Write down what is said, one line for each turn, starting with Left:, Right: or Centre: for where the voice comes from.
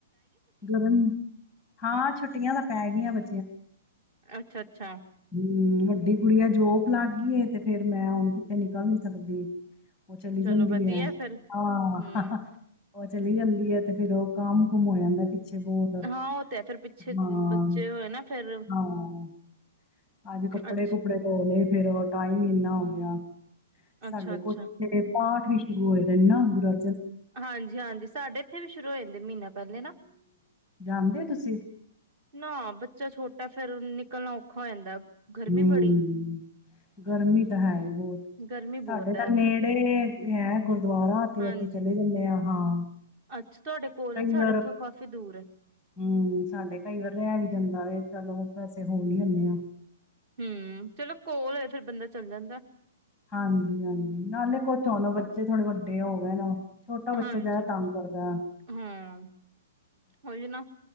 Centre: ਜਦੋਂ ਹਾਂ ਛੁੱਟੀਆਂ ਤਾਂ ਪੈ ਗਈਆਂ ਬ
Right: ਅੱਛਾ-ਅੱਛਾ,
Centre: ਹਮ ਵੱਡੀ ਕੁੜੀ ਆ ਜੋਬ ਲੱਗ ਗਈਏ, ਤੇ ਫੇਰ ਮੈਂ ਹੁਣ ਕਿਤੇ ਨਿਕਲ ਨੀ ਸਕਦੀ। ਉਹ ਚਲੀ ਜਾਂਦੀ
Right: ਚਲੋ ਵਧੀਆ
Centre: ਹੈ
Right: ਫਿਰ
Centre: ਆਹ,
Right: ਹਮ
Centre: ਉਹ ਚਲੀ ਜਾਂਦੀ ਹੈ ਤੇ ਫੇਰ ਉਹ ਕੰਮ ਕੁੁੰਮ ਹੋ ਜਾਂਦਾ। ਪਿੱਛੇ ਬਹੁਤ ਹਾਂ
Right: ਹਾਂ ਉਹ ਤੇ ਹੈ ਫਿਰ ਪਿੱਛੇ ਬੱਚੇ ਹੋਏ ਨਾ ਫੇਰ
Centre: ਹਾਂ ਅੱਜ ਕੱਪੜੇ
Right: ਅੱਛਾ
Centre: ਕੁਪੜੇ ਧੋਲੇ। ਫੇਰ ਉਹ ਟਾਈਮ ਹੀ ਇੰਨਾ ਹੋ ਗਿਆ। ਸਾਡੇ
Right: ਅੱਛਾ ਅੱਛਾ
Centre: ਕੁਛੇ ਪਾਠ, ਵੀ ਸ਼ੁਰੂ ਹੋਏ ਦਾ ਇੰਨਾ ਬੁਰਾ
Right: ਹਾਂਜੀ-ਹਾਂਜੀ ਸਾਡੇ ਇੱਥੇ ਵੀ ਸ਼ੁਰੂ ਹੋ ਜਾਂਦੇ ਮਹੀਨਾ ਪਹਿਲੇ ਨਾ
Centre: ਜਾਦੇ ਹੋ ਤੁਸੀਂ,
Right: ਨਾ ਬੱਚਾ ਛੋਟਾ ਫੇਰ ਨਿਕਲਣਾ ਔਖਾ ਹੋ ਜਾਂਦਾ। ਗਰਮੀ
Centre: ਹੂੰ,
Right: ਬੜੀ
Centre: ਗਰਮੀ ਤਾਂ ਹੈ ਹੀ ਬਹੁਤ
Right: ਗਰਮੀ
Centre: ਸਾਡੇ
Right: ਬਹੁਤ ਹੈ
Centre: ਤਾਂ ਨੇੜੇ ਹੈ, ਗੁਰਦੁਆਰਾ ਉੱਥੇ ਤੇ
Right: ਹਾਂਜੀ
Centre: ਅਸੀਂ ਚਲੇ ਜਾਂਦੇ ਹਾਂ। ਹਾਂ,
Right: ਅੱਛਾ ਤੁਹਾਡੇ ਕੋਲ
Centre: ਕਈ
Right: ਸਾਡੇ
Centre: ਵਾਰ
Right: ਇੱਥੋਂ ਕਾਫ਼ੀ ਦੂਰ ਹੈ
Centre: ਹੂੰ, ਸਾਡੇ ਕਈ ਵਾਰ ਰਹਿ ਵੀ ਜਾਂਦਾ ਵੇ। ਚਲੋ ਪੈਸੇ ਹੋ ਨੀ ਹੁੰਨੇ ਆ।
Right: ਹੂੰ, ਚਲੋ ਕੋਲ ਹੋ ਫਿਰ ਬੰਦਾ ਚੱਲ ਜਾਂਦਾ।
Centre: ਹਾਂਜੀ-ਹਾਂਜੀ, ਨਾਲੇ ਕੁਛ ਹੋਣ ਬੱਚੇ ਥੋੜੇ ਵੱਡੇ ਹੋ ਗਏ ਨੇ, ਛੋਟਾ ਬੱਚਾ
Right: ਹਾਂਜੀ
Centre: ਜਿਆਦਾ ਤੰਗ ਕਰਦਾ।
Right: ਹਾਂ ਉਹੀ ਨਾ